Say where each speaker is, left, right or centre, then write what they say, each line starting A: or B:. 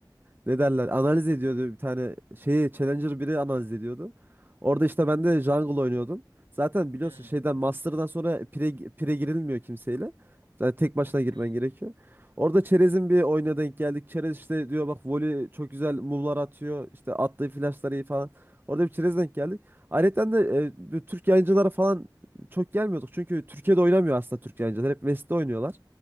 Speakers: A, on the right; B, on the right.
A: ne derler analiz ediyordu bir tane şeyi Challenger biri analiz ediyordu. Orada işte
B: Hı hı.
A: ben de jungle oynuyordum. Zaten biliyorsun
B: Hmm,
A: şeyden Master'dan sonra pire, pire girilmiyor kimseyle. Yani tek başına girmen
B: hmm,
A: gerekiyor. Orada Çerez'in bir oyuna denk geldik. Çerez işte diyor bak voli çok güzel move'lar atıyor. İşte attığı flash'lar iyi falan. Orada bir Çerez'e denk geldik. Ayrıca de e, bu Türk yayıncılara falan çok gelmiyorduk. Çünkü Türkiye'de oynamıyor aslında Türk yayıncılar. Hep West'te oynuyorlar.